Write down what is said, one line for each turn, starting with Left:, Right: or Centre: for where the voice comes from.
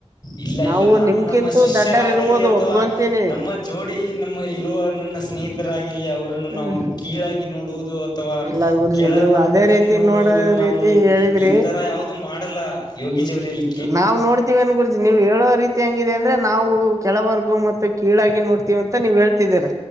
Left: ಇಲ್ಲ
Right: ನಾವು
Left: ಇಲ್ಲ ನಾನು
Right: ನಿಮ್ಕಿಂತೂ
Left: ನಮ್ಮ ಶಿಷ್ಯರಾಗಲಿ
Right: ದೊಡ್ಡರ್ ಇರ್ಬೋದು
Left: ಅಥವಾ
Right: ಒಪ್ಕೊಂತೀನಿ
Left: ನಮ್ಮ ಜೋಡಿ ನಮ್ಮ ಇರುವ ನನ್ನ ಸ್ನೇಹಿತರಾಗಿಲಿ ಅವರನ್ನು
Right: ಹ್ಮ
Left: ನಾವು ಕೀಳಾಗಿ ನೋಡುವುದು ಅಥವಾ
Right: ಇಲ್ಲ ಗುರ್ಜಿ
Left: ಕೆಳ
Right: ನೀವು
Left: ವರ್ಗದಲ್ಲಿ
Right: ಅದೇ ರೀತಿ
Left: ನೋಡುವುದು
Right: ನೋಡೋ
Left: ನಾವು
Right: ರೀತಿ ಹೇಳಿದ್ರಿ
Left: ಈ ತರಾ ಯಾವುದು ಮಾಡಲ್ಲಾ ಯೋಗಜಿ ಅವರಲ್ಲಿ
Right: ನಾವ್ ನೋಡತ್ ಎನ್ ಗುರುಜಿ ನೀವು ಹೇಳೋ ರೀತಿ ಹೆಂಗಿದೆ ಅಂದ್ರೆ ನಾವು ಕೆಳ ವರ್ಗವೂ ಮತ್ತೆ ಕೀಳಾಗಿ ನೋಡ್ತೀವಿ ಅಂತ ನೀವು ಹೇಳ್